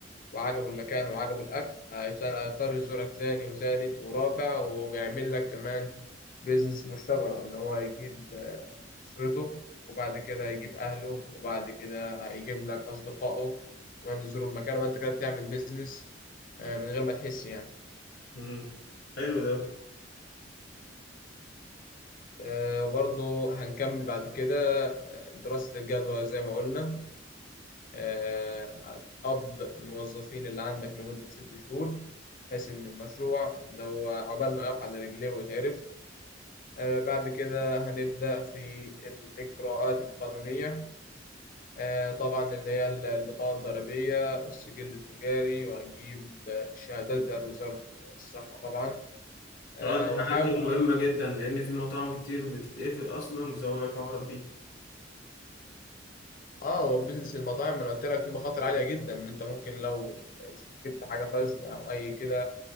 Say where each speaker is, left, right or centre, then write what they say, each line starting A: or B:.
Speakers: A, on the left (about 50°); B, on the left (about 80°).
A: وعجبه المكان وعجبه الأكل هيسأل- هيضطر يزورك تاني وتالت ورابع وبيعمل لك كمان بيزنس مشتبرة اللي هو هيجيب آه، أسرته وبعد كده هيجيب أهله وبعد كده هيجيب لك أصدقائه كمان يزوروا المكان وأنت كده بتعمل بيزنس آه، من غير ما تحس يعني
B: مم. حلو ده
A: آه، وبرضه هنكمل بعد كده آه، دراسة الجدوى زي ما قلنا آه، قبض الموظفين اللي عندك لمدة ست شهور بحيث إن المشروع اللي هو عقبال ما يقف على رجليه ويتعرف آه، بعد كده هنبدأ في الإجراءات القانونية آه، طبعا اللي هي البطاقة الضريبية والسجل التجاري وهتجيب آه، الشهادات بتاعت وزارة الصحة طبعا آه،
B: اه دي الحاجات
A: وحاول
B: دي مهمة جدا لأن في مطاعم كتير بتتقفل أصلا بسبب الحوارات دي
A: اه هو بيزنس المطاعم انا قلت لك فيه مخاطر عاليه جدا ان انت ممكن لو جبت حاجه فاسده او اي كده